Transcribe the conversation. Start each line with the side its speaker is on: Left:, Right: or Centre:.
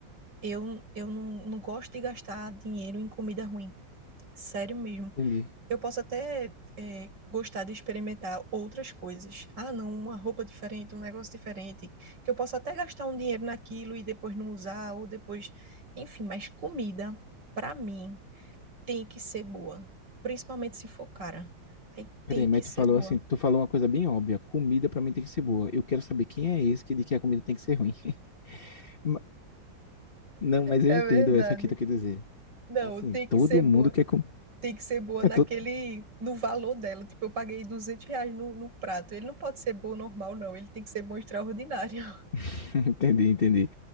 Right: eu, eu não, não gosto de gastar dinheiro em comida ruim. Sério mesmo.
Left: entendi.
Right: Eu posso até é, gostar de experimentar outras coisas. Ah, não, uma roupa diferente, um negócio diferente, que eu posso até gastar um dinheiro naquilo e depois não usar, ou depois. Enfim, mas comida, pra mim, tem que ser boa. Principalmente se for cara. Aí tem
Left: Peraí,
Right: que
Left: mas
Right: ser
Left: tu falou
Right: boa.
Left: assim, tu falou uma coisa bem óbvia. Comida pra mim tem que ser boa. Eu quero saber quem é esse que diz que a comida tem que ser ruim. <laughs> Ma- Não, mas
Right: É
Left: eu entendo
Right: verdade.
Left: essa que tu quer dizer.
Right: Não,
Left: Assim,
Right: tem que
Left: todo
Right: ser boa.
Left: mundo quer comer.
Right: Tem que ser boa naquele,
Left: É todo...
Right: no valor dela. Tipo, eu paguei 200 reais no, no prato. Ele não pode ser bom normal, não. Ele tem que ser bom extraordinário.
Left: <laughs> Entendi, entendi.